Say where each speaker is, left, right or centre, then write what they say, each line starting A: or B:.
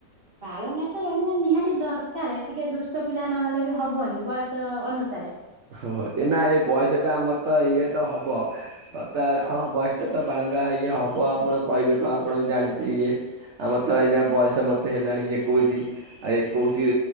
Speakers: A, on the right; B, on the right.
A: ବାଳୁଙ୍ଗା ତ ରହିବା ନିହାତି ଦରକାର ଟିକେ ଦୁଷ୍ଟ ପିଲା ନହେଲେ ବି ହବନି। ବୟସ ଅନୁସାରେ
B: ହଁ ଏନା ଏ ବୟସ ଟା ଆମର ତ ଇଏ ତ ହବ। ହଁ ବୟସ ତ ବାଳୁଙ୍ଗା ଇଏ ହବ ଆପଣ କହିବେ କ ଆପଣ ଜାଣିଛି ଇଏ ଆମର ତ ବୟସ ମୋତେ ହେଲାଣି ଏକୋଇଶ ଆଉ ଏକୋଇଶ